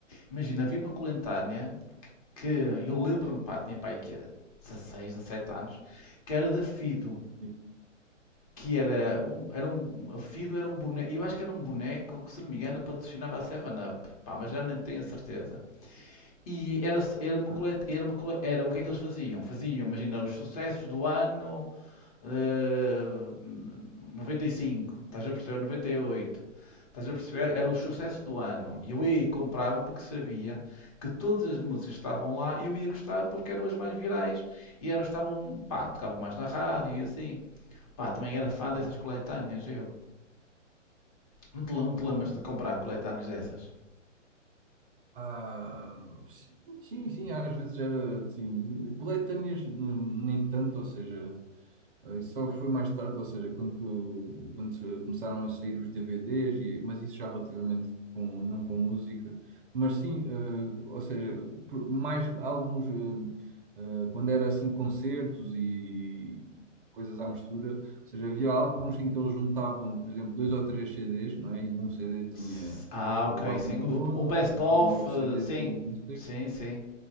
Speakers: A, on the left (about 30°); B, on the right (about 45°).
A: Imagina, havia uma coletânea que eu lembro-me, pá, tinha pai que 16, 17 anos, que era da Fido
B: sim,
A: que era
B: sim,
A: um, era um, a Fido era um boneco, eu acho que era um boneco que, se não me engano, patrocinava a 7-Up, pá, mas já não tenho a certeza. E era, era uma
B: pois,
A: coleta, era uma cole- era o que é que eles faziam? Faziam, imagina, os sucessos do ano eh, 95, estás a perceber? 98. Estás
B: sim,
A: a perceber? Era o sucesso do ano.
B: sim,
A: E eu ia e comprava porque sabia que todas as músicas que estavam lá eu ia gostar porque eram as mais virais e elas estavam, pá, tocavam mais na rádio e assim. Pá, também era fã dessas
B: pois,
A: coletâneas, eu. Não te, não
B: pois.
A: te lembras de comprar coletâneas dessas?
B: Ah, sim, sim, sim, às vezes era assim, coletâneas n- nem tanto, ou seja, eh, isso só foi mais tarde, ou seja, quando, co- quando se- começaram a sair os DVDs, e, mas isso já relativamente com, não com música, mas sim, eh, ou seja, por- mais álbuns ah, Uh, quando era assim concertos e coisas à mistura, ou seja, havia álbuns em que eles juntavam, por exemplo, dois ou três CDs, não é? E um CD tinha
A: S- Ah,
B: o
A: ok,
B: álbum
A: sim.
B: todo,
A: O, o Best
B: depois
A: Of,
B: o outro
A: eh,
B: CD
A: sim.
B: tinha o concerto.
A: Sim, sim.